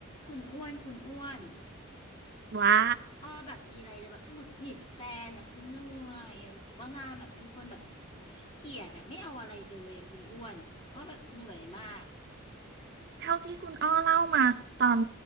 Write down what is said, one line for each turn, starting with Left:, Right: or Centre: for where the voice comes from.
Left: คุณอ้วนคุณอ้วน
Right: ว่า
Left: อ้อแบบมีอะไรจะแบบหงุดหงิดแฟนอ่ะคุณเหนื่อยอ่ะรู้สึกว่านางแบบเป็นคนแบบขี้เกียจอ่ะไม่เอาอะไรเลยอ่ะคุณอ้วนอ้อแบบเหนื่อยมาก
Right: เท่าที่คุณอ้อเล่ามาตอน